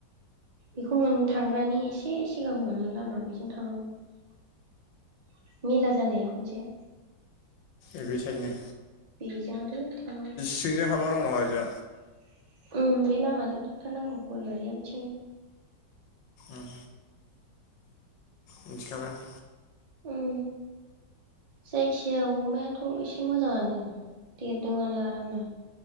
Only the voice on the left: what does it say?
ए बे सायेतनि
सिंजों हाबा दं नामा ओजा
उम मिथिखाबाय आं